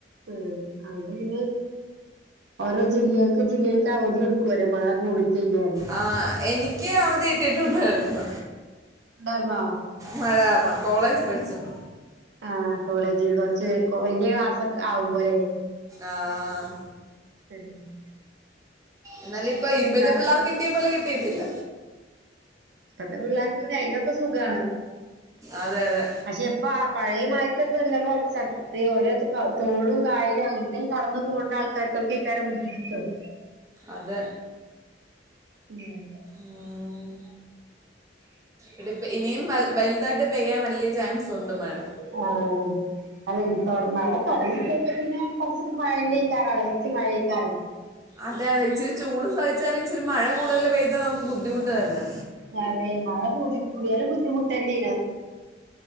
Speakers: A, on the right; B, on the right.
A: ഉം അതൊണ്ട് പിന്നെ ഓരോ ജില്ലകൾക്ക് ജില്ലകൾക്ക് അവധി കൊടുക്കുവല്ലോ മഴ കൂടിക്കഴിഞ്ഞാൽ
B: ആ എനിക്ക് അവധി കിട്ടിയിട്ടുണ്ടായിരുന്ന
A: ഉണ്ടാർന്നോ
B: മഴ കാരണം കോളേജ് പഠിച്ചപ്പ
A: ആ കോളേജിൽ കൊറച്ച് വലയ ക്ലാസ്സെക്കെ ആവുമ്പോഴല്ലേ
B: ആ
A: <inaudible>
B: എന്നാലും ഇപ്പൊ
A: ച്ച്
B: ഇപ്പോഴത്തെ
A: ന്ന
B: പിള്ളേർക്ക് കിട്ടിയ പോലെ കിട്ടിയിട്ടില്ല
A: ഇപ്പത്തെ പിള്ളേർക്ക് അയിതിനൊക്കെ സുഖാണ്
B: അതെ അതെ
A: പക്ഷെ ഇപ്പ ആ പഴയ മഴത്തപ്പല്ലപ്പോ സത്യം ഓരോ തോടും കായലും അങ്ങനത്ത കടന്നു പോകേണ്ട ആൾക്കാർക്കൊക്കെ ഈ കാര്യം ബുദ്ധിമുട്ടാകും
B: അതെ
A: ഉം
B: ഉം ഇടുപ്പ് ഇനിയും വലുതായിട്ട് പെയ്യാൻ വലിയ ചാൻസ് ഉണ്ട് മഴ
A: ആ അല്ലെ <unintelligible> മഴ തുടങ്ങി പിന്നെ പിന്നെ കുറച്ചിട്ട് മഴക്കാറോ നച്ച് മഴ കഴക്കാറണ്ട്
B: അതെ അതെ ഇച്ചിരി ചൂട് സഹിച്ചാലും ഇച്ചിരി മഴ കൂടുതൽ പെയ്താ നമു ബുദ്ധിമുട്ട് വരുന്നെ
A: ഞാനെ മഴ കൂ കൂടിയാലും ബുദ്ധിമുട്ട്ന്നെയാണ്